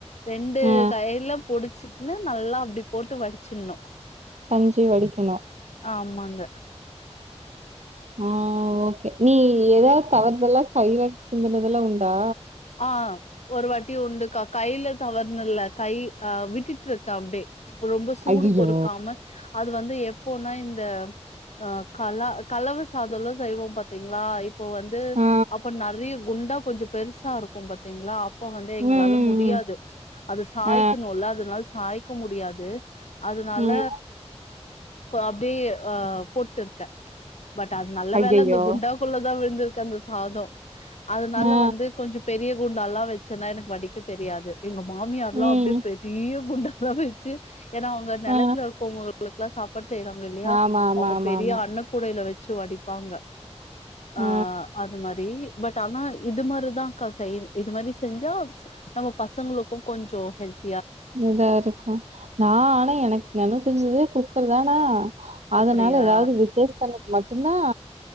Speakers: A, on the left; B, on the right.
A: ரெண்டு
B: ஆ.
A: கயல்ல புடிச்சு ன்னு நல்லா அப்டி போட்டு வடிச்சிருனு
B: கஞ்சி வடிக்கணும்.
A: ஆமா அங்க
B: ஆ ஓகே நீ ஏதாது தவறுதலா <unintelligible> உண்டா
A: ஆ ஒரு வாட்டி உண்டுக்கா கையில தவறனுல கை அ விட்டுட்டு இருக்க அப்டி ரொம்ப சூடு
B: ஐயய்யோ!
A: பொறுக்காம அது து வந்து எப்போனா இந்த அ கல கலவ சாதொலா செய்வோம் பாத்தீங்களா இப்போ வந்து
B: ஆ.
A: அப்போ நிறைய குண்டா கொஞ்ச பெருசா இருக் ஒம்பத்திங்களா அப்ப வந்து
B: ம்,
A: எங்களால
B: ம்,
A: முடியாது
B: ம்.
A: அத சாய்க்கணுல
B: ஆ.
A: அதனால சாய்க்க முடியாது அதனால
B: ம்.
A: அப்டி அ போட்டுருக்க பட் அது நல்ல
B: ஐயய்யோ!
A: வேலை இந்த குண்டாக்குள்ளதான் விழுந் இருந்திருக்க அந்த சாதம் அதனால
B: ஆ.
A: வந்து கொஞ்ச பெரிய குண்டாலா வச்சேன்னா எனக்கு வடிக்க தெரியாது எங்க மாமியார்ல்லாம்
B: ம்.
A: அப்படியே பெரிய குண்டா பிரமிச்சு ஏன்னா அவங்க நிலத்துல
B: ஆ
A: இருக்கவங்க உங்களுக்குளா சாப் ப்பாடு செய்யறாங்க இல்லயா
B: ஆமா ஆமா
A: அவங்க
B: ஆமா
A: பெரிய
B: ஆமா
A: அன்ன கூடையில வச் வச்சு வடிப்பாங்க ஆஹ்
B: ஆ
A: அது மாதிரி பட் அதான் இது மாதிரிதான் கசைது இது மாதிரி செஞ்சா நம்ம பசங்களுக்கும் கொஞ்ச ஹெல்த்
B: இதா இருக்கு நான் ஆனா எனக்கு ந தெரிஞ்சது குக்கர் தானா அதனால
A: அப்டியா
B: ஏதாவது விசேஷத்தக்கு மட்டும் மட்டுந்தான்